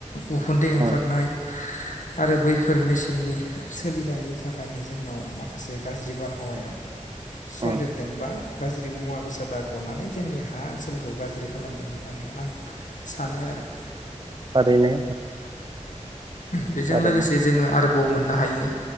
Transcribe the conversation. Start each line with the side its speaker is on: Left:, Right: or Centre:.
Left: उखुन्दै ओंखारनाय
Right: उम
Left: आरो बैफोर मेसिननि सोलिनायनि थाखायनो जोंनाव माखासे गाज्रि बारहावाया सन्देरदों
Right: उम
Left: बा गाज्रि मुवा बेसादा गनानै जोंनि हा ओनसोलखौ गाज्रि खालामदों होननानै आं सानो आरो
Right: थारैनो
Left: बेजों
Right: थारैनो
Left: लोगोसे जोङो आरो बाव मोननो हायो